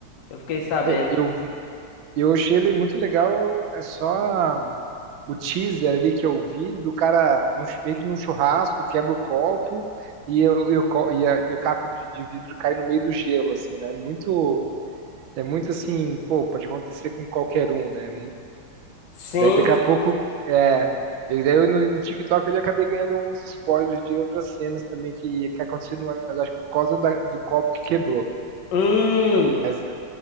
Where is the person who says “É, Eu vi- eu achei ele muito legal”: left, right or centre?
Right